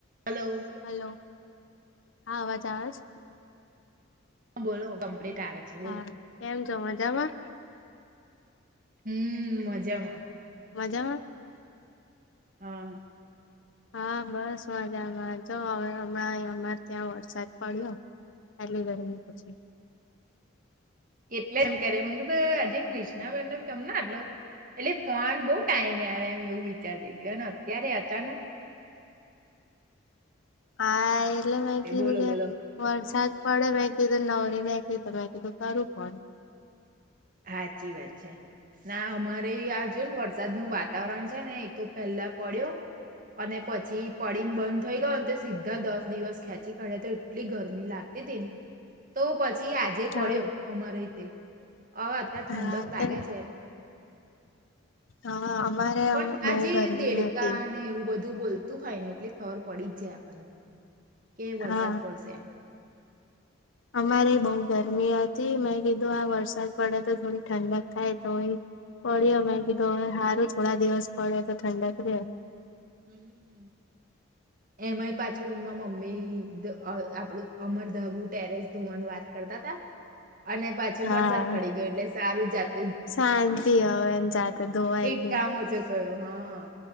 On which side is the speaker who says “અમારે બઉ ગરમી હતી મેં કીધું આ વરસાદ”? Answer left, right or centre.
Left